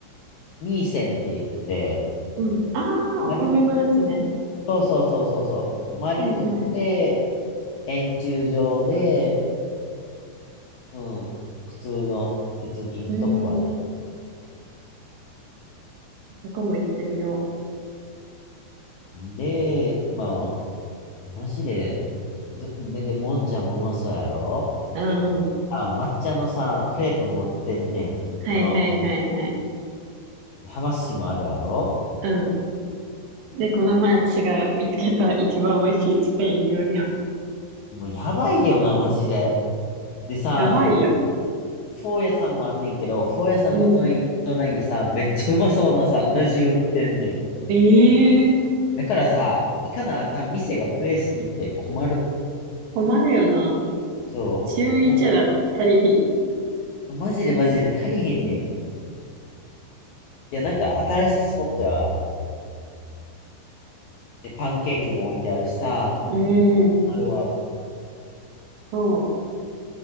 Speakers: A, on the left (about 70°); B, on the right (about 70°).
A: ミーセンって言って、
B: うん。あー、
A: 丸、
B: お米のやつね。
A: そうそうそうそうそう。丸くって、
B: はいはい。
A: 円柱状で、うん、普通の、別に太くはな
B: うーん。そこも行ってみよ
A: い。で、まあ、マジで、ど、めで、もんじゃもうまそうやろ
B: う。うん。
A: あ、抹茶のさ、クレープ持ってんねん。
B: はいはいはいはい。
A: その、浜市もあるやろ
B: うん。で、この前私が見つけた一番美味しいスペイン料理屋も。
A: もうやばいよな、マジで。でさ、
B: やばいよ。
A: フォー屋さんもあんねんけど、フォー屋さんの隣に、
B: うん。
A: 隣にさ、めっちゃうまそうなさ、うな重売ってんねん。
B: ええー、
A: だからさ、行かなあかん店が増えすぎて困る。
B: 困るよな。
A: そう。
B: 週一だったりひ
A: なんか、マジでマジで足りへんねん。いや、なんか新しいスポットや。で、パンケーキも置いてあるしさ、
B: うん。
A: もうあるわ。
B: そう。